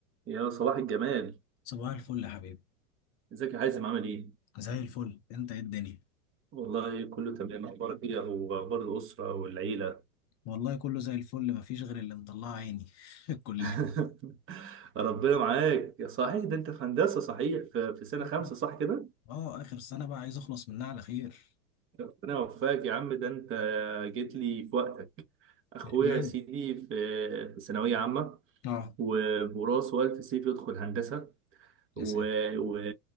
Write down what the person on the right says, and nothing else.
يا صباح الجمال
ازيك يا حازم عامل ايه
والله كله تمام اخبارك ايه واخبار الاسره والعيله
<laughs> ربنا معاك يا صحيح ده انت في هندسه صحيح في, في سنه
خمسه صح كده
ربنا يوفقك يا عم ده انت جيت لي في وقتك اخويا
يا سيدي في في ثانويه عامه
وبراسه الف سيف يدخل هندسه
و...
و...